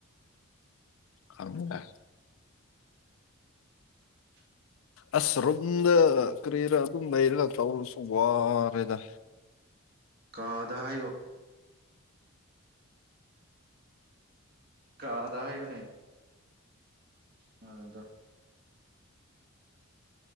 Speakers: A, on the left; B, on the right.
A: ꯊ
B: <inaudible>
A: ꯑꯁ ꯔꯣꯨꯝꯗ ꯀꯔꯤꯔ ꯑꯗꯨꯝ ꯂꯩꯔꯒ ꯇꯧꯔꯁꯨ ꯋꯥꯅꯦꯗ
B: ꯀꯥꯗꯥꯌꯣ ꯀꯥꯗꯥ ꯍꯥꯏꯨꯅꯦ ꯑ ꯑꯗꯣ